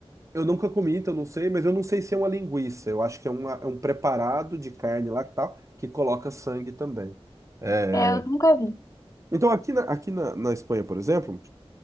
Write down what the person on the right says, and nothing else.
eu nunca comi, então eu não sei, mas eu não sei se é uma linguiça, eu acho que é, uma, é um preparado de carne lá que tal, que coloca sangue também. É,
Então aqui, na, aqui na, na Espanha, por exemplo,